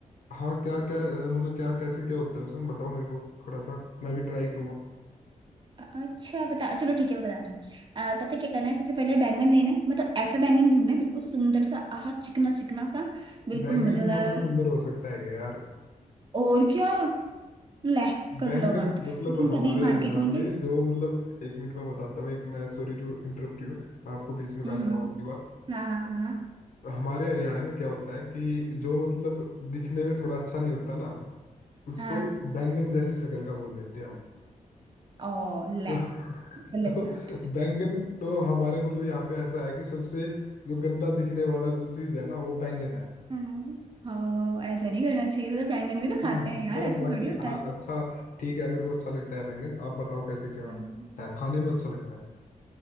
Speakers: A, on the left; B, on the right.
A: हाँ क्या क्या अ, मतलब क्या कैसे क्या होता है उसमें बताओ मेरे को थोड़ा सा मैं भी ट्राई करूंगा
B: अ- अच्छा बता चलो ठीक है मैं बताती हूँ अ, पता है क्या करना है सबसे पहले बैंगन लेना है मतलब ऐसा बैंगन ढूंढना है बिल्कुल सुंदर सा आह चिकना चिकना सा बिल्कुल
A: बैंगन
B: मजेदार
A: भी मतलब
B: वाला
A: सुंदर हो सकता है यार
B: और क्या ले कर
A: बैंगन
B: लो बात
A: मतलब
B: तो तुम
A: हमारे
B: कभी मार्केट
A: हरियाणा
B: नहीं
A: में
B: गए
A: जो मतलब एक मिनट मैं बताता हूँ एक मैं सॉरी टू इंटरप्ट यू मैं आपको बीच में काट
B: हम्म
A: रहा हूँ आपकी बात
B: हाँ हाँ
A: अ, हमारे हरियाणा में क्या होता है कि जो मतलब दिखने में थोड़ा अच्छा नहीं होता ना उसको
B: हाँ
A: बैंगन जैसी शक्ल का बोल देते हैं हम
B: हाँ ओ ले
A: तो
B: गलत
A: तो
B: बात
A: बैंगन तो हमारे मतलब यहाँ पे ऐसा है कि सबसे जो गंदा दिखने वाला जो चीज है ना वो बैंगन है
B: हम्म हाँ ऐसा नहीं करना चाहिए मतलब बैंगन भी तो
A: <laughs>
B: खाते हैं यार
A: पर
B: ऐसे
A: बाकी
B: थोड़ी होता
A: हाँ
B: है
A: अच्छा ठीक है मेरे को अच्छा लगता है बैंगन आप बताओ कैसे क्या
B: हम्म,
A: है खाने में अच्छा लगता है